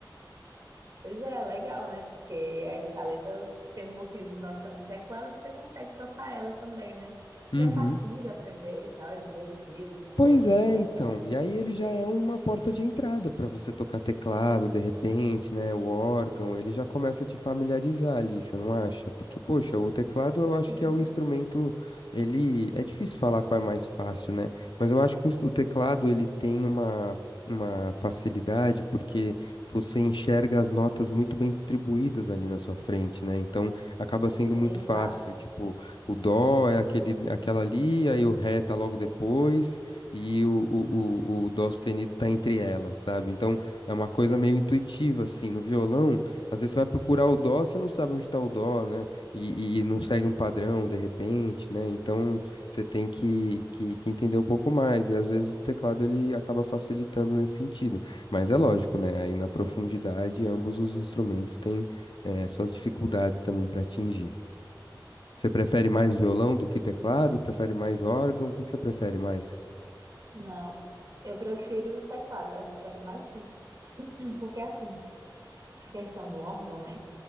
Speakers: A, on the right (about 50°); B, on the left (about 80°).
A: Pois é, legal, né? Porque a escaleta tem um pouquinho de noção de teclado, você consegue tocar ela também, né?
B: Uhum.
A: E é facinho de aprender e tal, é divertido, um sonzinho
B: Pois é,
A: interessante.
B: então. E aí ele já é uma porta de entrada para você tocar teclado, de repente, né? O órgão, ele já começa a te familiarizar ali, você não acha? Porque, poxa, o teclado eu acho
A: Sim.
B: que é o instrumento, ele é difícil falar qual é mais fácil, né? Mas eu acho que o ins- o teclado ele tem uma uma facilidade porque você enxerga as notas muito bem distribuídas ali na sua frente, né? Então acaba sendo muito
A: Exato.
B: fácil, tipo, o dó é aquele aquela ali, aí o ré tá logo depois e o, o, o, o dó sustenido tá entre elas, sabe? Então é uma coisa meio intuitiva, assim. No violão, às vezes você vai procurar o dó, você não sabe onde tá o dó, né? E, e, e não segue um padrão de repente, né? Então você tem que, que, que entender um pouco mais. E às vezes o teclado ele acaba facilitando nesse sentido. Mas é lógico, né? Aí na profundidade, ambos os instrumentos têm eh, suas dificuldades também para atingir. Você prefere mais violão do que teclado? Prefere mais órgão? O que que você prefere mais?
A: Não, eu prefiro o teclado, eu acho que para mim é mais simples. Porque assim, a questão do órgão, né?